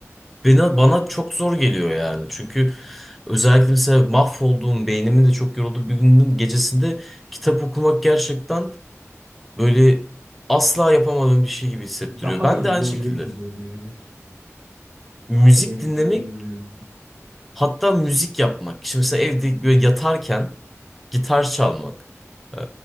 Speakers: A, in the centre; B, on the right.
A: bana, bana çok zor geliyor yani. Çünkü özellikle mesela mahvolduğum beynimin de çok yorulduğu bir günün gecesinde kitap okumak gerçekten böyle asla yapamadığım bir şey gibi hissettiriyor.
B: daha
A: Ben
B: da yoruyor
A: de aynı şekilde.
B: gibi oluyor evet.
A: Müzik
B: Daha da böyle
A: dinlemek
B: beynini yoruyor.
A: Hatta müzik yapmak. Şimdi mesela evde böyle yatarken gitar çalmak. Ee,